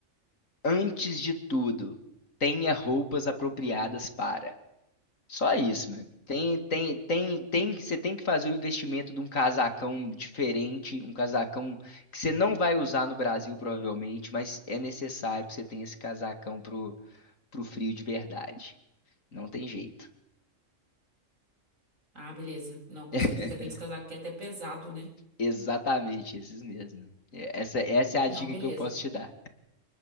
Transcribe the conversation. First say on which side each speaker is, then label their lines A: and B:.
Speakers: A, on the left (about 80°); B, on the right (about 80°).
A: antes de tudo, tenha roupas apropriadas para. Só isso, meu. Tem, tem, tem, tem, que- você tem que fazer o investimento de um casacão diferente, um casacão que você não vai usar no Brasil, provavelmente, mas é necessário que você tenha esse casacão pro, pro frio de verdade. Não tem jeito.
B: Ah, beleza. Não, com
A: <laughs>
B: certeza. Aqueles casacos que é até pesado, né?
A: Exatamente, esses mesmo. É, Essa, essa é a
B: Não,
A: dica
B: beleza.
A: que eu posso te dar.